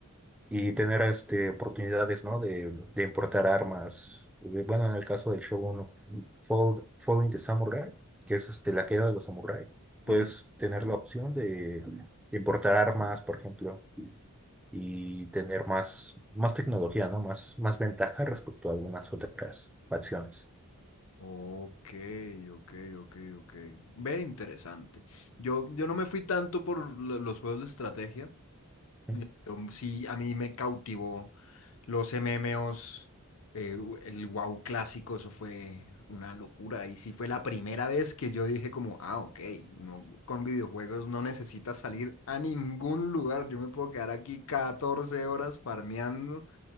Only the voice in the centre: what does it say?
y tener este, oportunidades, ¿no? de, de importar armas. Eh, Bueno, en el caso del Shogun Fall, Falling the Samurai, que es este, la queda de los samuráis, puedes
tener la opción de de importar armas, por ejemplo y tener más, más tecnología, ¿no? Más, más ventaja respecto a algunas otras facciones.
¿sí?